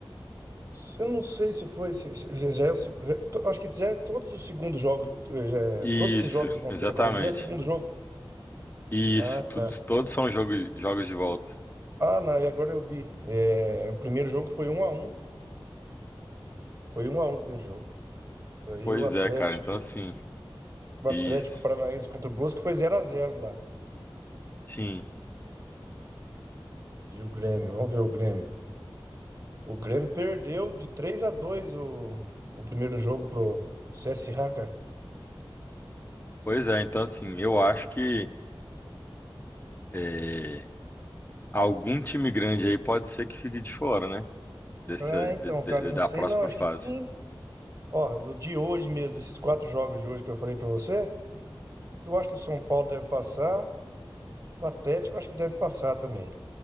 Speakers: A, on the right; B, on the left.
A: Eu não sei se foi. se- se- se já é o seg- já- é to- acho que já é todos os segundos jogos. já é-
B: Isso,
A: todos esses jogos que vão
B: exatamente.
A: ter na Copa do Brasil já é segundo jogo.
B: Isso,
A: Ah, tá.
B: tudo, todos são jogos, jogos de volta.
A: Ah, não, e agora eu vi. É, o primeiro jogo foi um a um. Foi um a um o primeiro jogo. Aí
B: Pois
A: o Atlético.
B: é, cara, então assim,
A: O
B: isso.
A: Atlético Paranaense contra o Brusque foi zero a zero lá.
B: Sim,
A: E o Grêmio, vamos ver o Grêmio. O Grêmio perdeu de três a dois o, o primeiro jogo pro CSA, cara.
B: pois é, então assim, eu acho que é, algum time grande aí pode ser que fique de fora, né? Dessa,
A: Ah, então,
B: de- de-
A: cara, eu não
B: da
A: sei
B: próxima
A: não. Acho
B: fase.
A: que sim. Ó, o de hoje mesmo, desses quatro jogos de hoje que eu falei pra você, eu acho que o São Paulo deve passar, o Atlético eu acho que deve passar também.